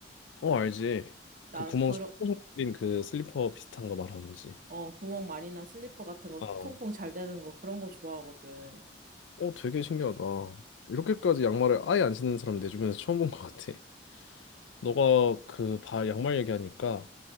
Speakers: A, on the left; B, on the right.
A: 어, 알지.
B: 난
A: 그 구멍
B: 그런
A: 뚫린 그 슬리퍼 비슷한 거 말하는 거지.
B: 어, 구멍 많이 난 슬리퍼 같은 거,
A: 아, 어,
B: 통풍 잘 되는 거, 그런 거 좋아하거든.
A: 되게 신기하다. 이렇게까지 양말을 아예 안 신는 사람 내 주변에서 처음 본 것 같아. 너가 그 바 양말 얘기하니까